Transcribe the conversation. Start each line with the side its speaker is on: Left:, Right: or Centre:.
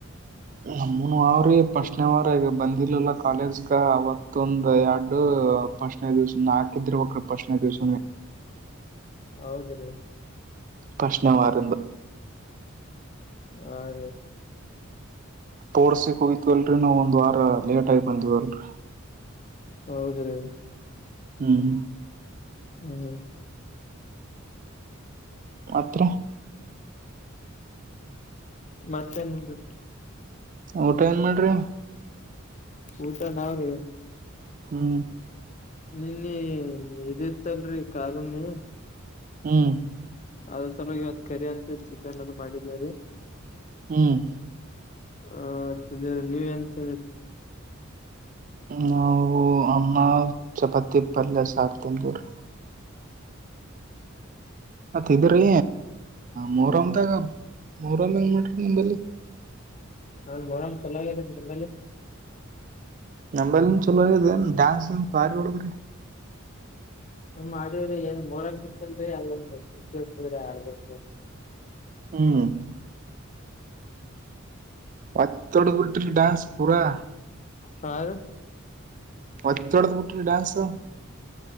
Right: ನಮ್ಮನು ಅವ್ರಿ ಫಸ್ಟ್ನೇ ವಾರ ಈಗ ಬಂದಿರ್ಲಿಲ್ಲ ಕಾಲೇಜ್ಗ ಅವತ್ತೊಂದ್ ಎರಡು ಫಸ್ಟ್ನೇ ದಿವ್ಸ ನಾಕ್ ಇದ್ದಿರ್ಬೇಕ್ರಿ ಫಸ್ಟ್ನೇ ದಿವ್ಸನೇ
Left: ಹೌದ್ರಿ
Right: ಫಸ್ಟ್ನೇ ವಾರಿಂದ
Left: ಹಾ ರೀ
Right: ಸ್ಪೋರ್ಟ್ಸಿಗ್ ಹೋಗಿದ್ವಲ್ರಿ ನಾವ್ ಒಂದ್ ವಾರ ಲೇಟ್ ಆಗಿ ಬಂದಿವಲ್ರಿ
Left: ಹೌದ್ರಿ
Right: ಹ್ಮ್
Left: ಹ್ಮ್
Right: ಮತ್ರಿ
Left: ಮತ್ತೇನ್ರಿ
Right: ಊಟ ಏನ್ ಮಾಡ್ರಿ
Left: ಊಟ ನಾವ್ರಿ
Right: ಹ್ಮ್
Left: ನಿನ್ನಿ ಇದಿತ್ತಲ್ರಿ ಕಾರುಣಿ
Right: ಹ್ಮ್
Left: ಅದ್ರ ಸಲ ಇವತ್ ಕರಿ ಅಂತ ಚಿಕನ್ ಅದು ಮಾಡಿದೇವ್ರೀ
Right: ಹ್ಮ್
Left: ಆ ತಿಂದೇವ್ರಿ ನೀವ್ ಏನ್ ತಿಂದ್ರಿ
Right: ನಾವು ಅನ್ನ ಚಪಾತಿ ಪಲ್ಯ ಸಾರ್ ತಿಂತೀವ್ರಿ ಮತ್ ಇದ್ರೀ ಮೊಹರಂದಾಗ ಮೊಹರಂ ಹೆಂಗ್ ಮಾಡ್ರಿ ನಿಂಬಲ್ಲಿ
Left: ನಾನ್ ಮೊಹರಂ ಚಲಾಗ್ಯದ್ರಿ ನಿಂಬಲ್ಲಿ
Right: ನಂಬಲ್ಲಿ ಚಲೋ ಇದೆ ಡ್ಯಾನ್ಸ್ ಬಾರಿ ಹೊಡದ್ರಿ
Left: ಮಾಡಿವ್ರಿ ಏನ್ ಮೊಹರಂ ಇತ್ತಲ್ರಿ ಅಲ್ಲೊಂದು ಖುಷಿ ಇರ್ತದ್ರಿ ಆಡ್ಬೇಕ್ರಿ
Right: ಹ್ಮ್ ಒತ್ತೊಡದ್ ಬಿಟ್ರಿ ಡ್ಯಾನ್ಸ್ ಪೂರಾ
Left: ಹಾ ರೀ
Right: ಒತ್ತೊಡದ್ ಬಿಟ್ರಿ ಡ್ಯಾನ್ಸ್